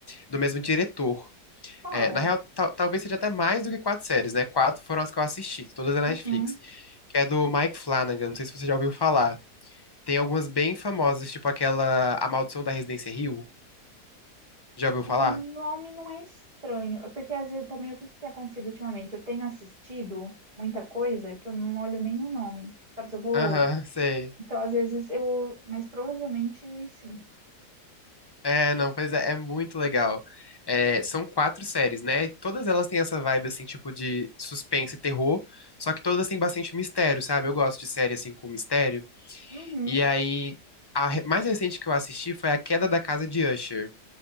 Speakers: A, on the left; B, on the right.
A: do mesmo diretor.
B: qual?
A: É, na real, tal- talvez seja até mais do que quatro séries, né? Quatro foram as que eu assisti, todas da
B: Uhum.
A: Netflix. Que é do Mike Flanagan, não sei se você já ouviu falar. Tem algumas bem famosas, tipo aquela A Maldição da Residência Hill Já ouviu
B: O
A: falar?
B: nome não é estranho, é porque às vezes também o que que tem acontecido ultimamente? Eu tenho assistido muita coisa que eu não olho nenhum nome, sabe? Se eu vou.
A: Aham, sei.
B: Então, às vezes eu. Mas provavelmente sim.
A: É, não, pois é, é muito legal. É, são quatro séries, né? E Todas elas têm essa vibe, assim, tipo de suspense e terror, só que todas têm bastante mistério, sabe? Eu gosto de série, assim, com mistério.
B: Uhum.
A: E aí, a re- mais recente que eu assisti foi A Queda da Casa de Usher.